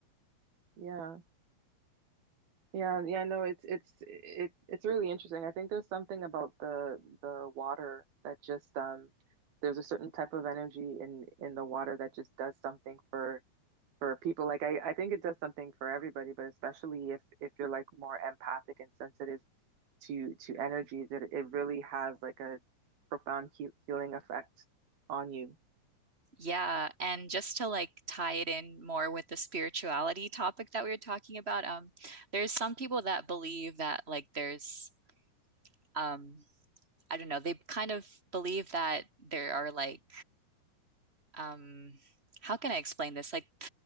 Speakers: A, on the right; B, on the right.
A: yeah, yeah, yeah. No, it's it's it it's really interesting. I think there's something about the the water that just um there's a certain type of energy in in the water that just does something for for people like I, I think it does something for everybody but especially if if you're like more empathic and sensitive to to energies it, it really has like a profound heal healing effect on you
B: Yeah, and just to like tie it in more with the spirituality topic that we were talking about, um, there's some people that believe that like there's um I don't know, they kind of believe that there are like um how can I explain this? Like